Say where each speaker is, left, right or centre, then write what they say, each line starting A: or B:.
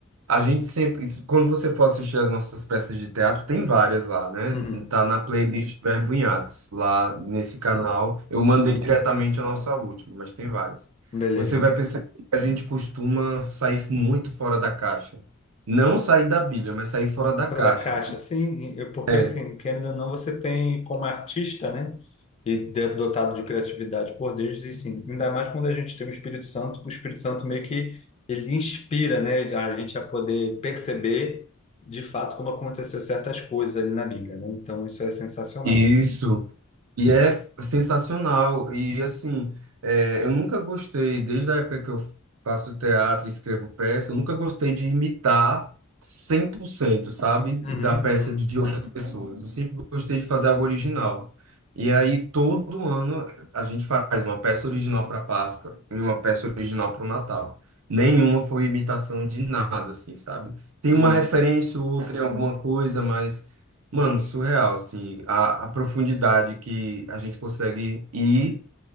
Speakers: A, on the right (about 80°); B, on the left (about 30°).
A: a gente sempre, quando você for assistir as nossas peças de teatro, tem várias lá, né?
B: uhum,
A: Tá na playlist Verbo em Atos, lá nesse canal.
B: uhum,
A: Eu mandei
B: uhum.
A: diretamente a nossa última, mas tem várias.
B: Beleza.
A: Você vai perceber que a gente costuma sair muito fora da caixa. Não sair da Bíblia, mas sair fora da caixa.
B: Fora da caixa, sim, eu- porque
A: É,
B: assim, querendo ou não, você tem como artista, né? E de- dotado de criatividade por Deus, e sim, ainda mais quando a gente tem o Espírito Santo, que o Espírito Santo meio que ele inspira, né? A gente a poder perceber de fato como aconteceu certas coisas ali na Bíblia, né? Então isso é sensacional.
A: isso. E é f- sensacional. E assim, é, eu nunca gostei, desde a época que eu faço teatro e escrevo peça, eu nunca gostei de imitar cem por cento sabe, da
B: Uhum,
A: peça
B: uhum,
A: de outras pessoas. Eu sempre gostei de fazer algo original. E aí, todo ano, a gente faz uma peça original para Páscoa e uma peça original para o Natal. Nenhuma foi imitação de nada, assim, sabe? Tem
B: uhum.
A: uma referência ou outra em alguma coisa, mas. Mano, surreal, assim, a, a profundidade que a gente consegue ir